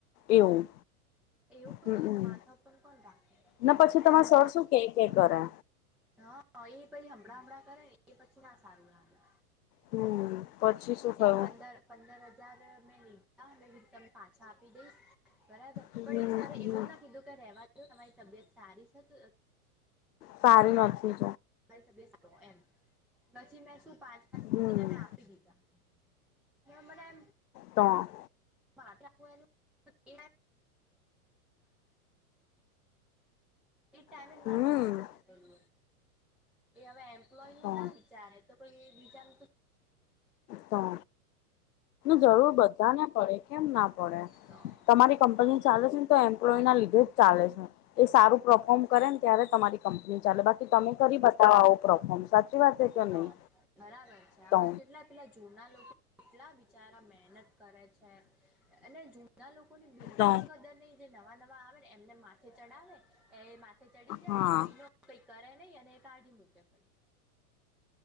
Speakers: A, on the left; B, in the centre.
A: એવું
B: તો એવું
A: હમમ
B: જ માથાપન કોણ રા
A: ને
B: પછી મે
A: તમારા
B: મારા
A: સર શું કે કે કરે
B: હા એ પહી હમણાં હમ કરે એ પછી ના સારું લાગે
A: હમ. પછી શું થયું
B: પંદર પંદર હજાર મેં લીધા તમ પા છા આપી દઈશ બરાબર
A: હમ
B: પણ એ સર એવું ના કીધું કે રેવા દ તમારી તબિયત સારી થત.
A: સારી નથીજ
B: <unintelligible> પછી મે શું પાંચ પાને
A: હમ
B: મે આપી દીધા ને મને એમ
A: તો.
B: <inaudible> એ ટાઈમે
A: હમ
B: જ મારું તો મગજ હટેલુ એ હવે એમ એમ્પ્લોયનુ
A: તો
B: ના વિચારે તો કોઈ એ બીજાનું
A: તો જરૂર બધાને પડે કેમ ના પડે
B: તો
A: તમારી કંપની ચાલે છે, ને તો એમ્પ્લોયના લીધે જ ચાલે છે, એ સારું પરફોર્મ કરે ને ત્યારે તમારી કંપની ચાલે બાકી તમે કરી બતાવો આવો પરફોર્મ સાચી વાત છે કે
B: ત
A: નહી
B: બરાબર છે, આમાં
A: તો
B: કેટલા પેલા જૂના લો કેટલા બિચારા મહેનત કરે છે, અને જૂના લોકોની બિલકુલ
A: તો
B: કદર નહી જે નવા નવા આવે ને એમને માથે ચડાવે એ માથે ચડી જાય
A: હા
B: એક મહિનો પૈ કરે નહી અને કાઢી મૂકે પઈ